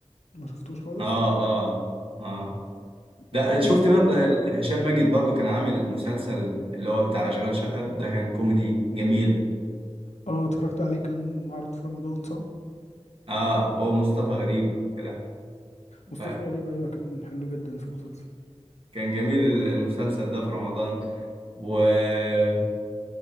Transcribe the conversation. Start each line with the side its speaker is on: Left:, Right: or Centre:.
Left: ما شفتوش خالص
Right: اه اه اه
Left: <coughs>
Right: ده شفت برضه
Left: <clears throat>
Right: هشام ماجد برضو كان عامل مسلسل اللي هو بتاع اشغال شقه ده كان كوميدي جميل
Left: اه اتفرجت عليه كان معروض في رمضان صح
Right: اه هو مصطفى غريب كده
Left: مصطفى
Right: فكان
Left: غريب أيوة كان حلو جدا في المسلسل
Right: جميل ال- المسلسل ده في رمضان وكان